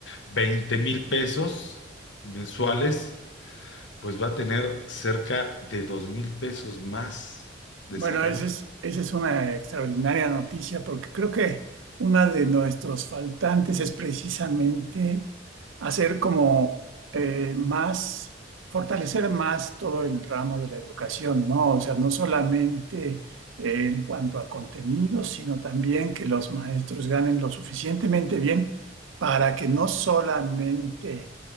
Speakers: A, on the left; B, on the right.
A: veinte mil pesos mensuales, pues va a tener cerca de dos mil pesos más de
B: Bueno,
A: salario.
B: esa es, esa es una extraordinaria noticia porque creo que una de nuestros faltantes es precisamente hacer como eh, más, fortalecer más todo el ramo de la educación, ¿no? O sea, no solamente eh, en cuanto a contenidos, sino también que los maestros ganen lo suficientemente bien para que no solamente